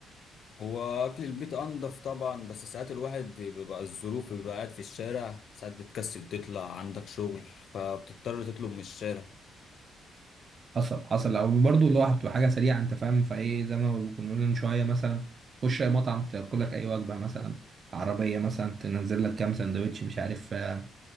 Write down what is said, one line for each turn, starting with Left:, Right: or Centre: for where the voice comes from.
Left: هو اكل البيت انضف طبعا بس ساعات الواحد بيبقى الظروف بيبقى قاعد في الشارع ساعات بتكسل تطلع عندك شغل فبتضطر تطلب من الشارع
Right: حصل حصل او برضه اللي هو بتبقى حاجه سريعه انت فاهم فايه زي ما كنا بنقول من شويه مثلا تخش اي مطعم تاكل لك اي وجبه مثلا عربيه مثلا تنزل لك كام سندوتش مش عارف آه،